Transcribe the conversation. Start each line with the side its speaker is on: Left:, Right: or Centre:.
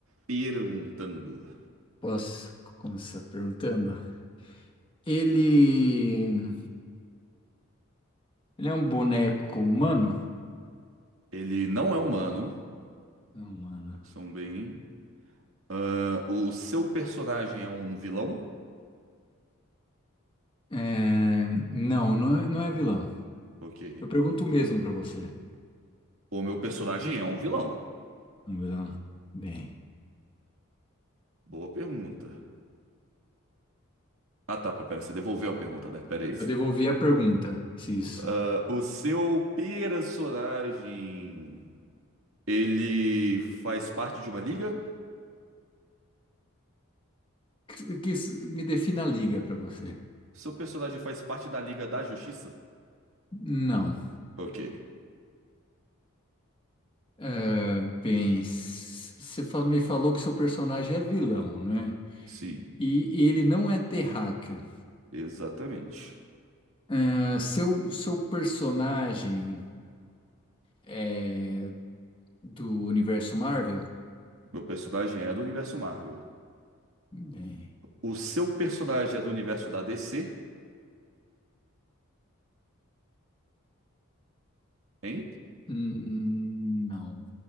Right: Perguntando.
Left: Posso começar perguntando? Ele. Ele é um boneco humano?
Right: Ele não é humano,
Left: Não, mano.
Right: são bem. Ah, o seu personagem é um vilão?
Left: É... Não, não é, não é vilão.
Right: Ok.
Left: Eu pergunto o mesmo pra você.
Right: O meu personagem é um vilão.
Left: Não, vilão. Bem,
Right: Boa pergunta. Ah tá, pera, você devolveu a pergunta, né? Pera aí.
Left: eu devolvi a pergunta, se isso.
Right: Ah, o seu personagem. Ele faz parte de uma liga?
Left: Que, que isso me defina a liga pra você.
Right: Seu personagem faz parte da Liga da Justiça?
Left: Não.
Right: Ok.
Left: É, bem, s- você fa- me falou que seu personagem é vilão, né?
Right: Sim,
Left: E, e ele não é terráqueo.
Right: exatamente.
Left: É, seu, seu personagem é Do universo Marvel?
Right: Meu personagem é do universo Marvel.
Left: Bem,
Right: O seu personagem é do universo da DC, hein?
Left: hum, não,